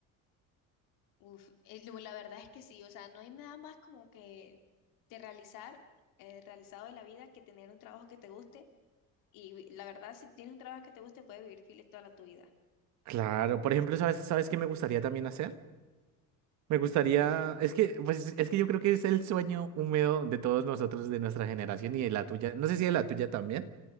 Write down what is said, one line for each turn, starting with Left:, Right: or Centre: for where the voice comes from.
Left: Uf, eh, lo- la verdad es que sí, o sea, no hay nada más como que de realizar, eh, realizado de la vida que tener un trabajo que te guste. Y vi- la verdad, si tienes un trabajo que te guste, puedes vivir feliz toda la tu vida.
Right: Claro, por ejemplo, ¿sabes, sabes qué me gustaría también hacer? Me gustaría,
Left: ¿Qué?
Right: es que, pues, es que yo creo que es el sueño húmedo de todos nosotros, de nuestra generación y de la tuya. No sé si de la tuya también,